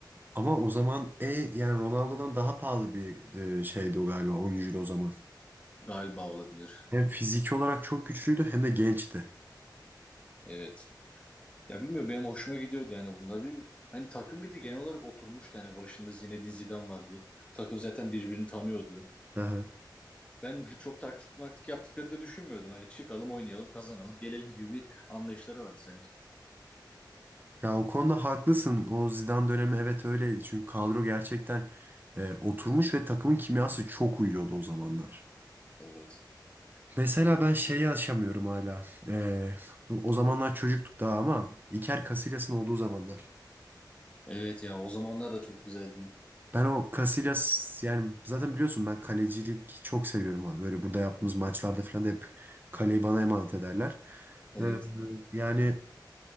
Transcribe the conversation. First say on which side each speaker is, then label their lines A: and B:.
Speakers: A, on the right; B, on the left.
A: Ama o zaman e, yani Ronaldo'dan daha pahalı bir e, şeydi o galiba oyuncuydu o zaman.
B: Galiba olabilir.
A: Hem fiziki olarak çok güçlüydü hem de gençti.
B: Evet. Ya bilmiyorum benim hoşuma gidiyordu yani bunlar. Bir, hani takım bir de genel olarak oturmuştu. Yani başında Zinedine Zidane vardı. Takım zaten birbirini tanıyordu.
A: Aha.
B: Ben <laughs> çok taktik maktik yaptıklarını da düşünmüyordum. Hani çıkalım oynayalım kazanalım gelelim gibi bir anlayışları vardı sanki.
A: Ya o konuda haklısın. O Zidane dönemi evet öyleydi. Çünkü kadro gerçekten e, oturmuş ve takımın kimyası çok uyuyordu o zamanlar.
B: Evet.
A: Mesela ben şeyi aşamıyorum hala. E, bu- o zamanlar çocuktuk daha ama İker Casillas'ın olduğu zamanlar.
B: Evet ya o zamanlar da çok güzeldi.
A: Ben o Casillas yani zaten biliyorsun ben kalecilik çok seviyorum abi. Böyle burada yaptığımız maçlarda falan da hep kaleyi bana emanet ederler.
B: Evet.
A: E, yani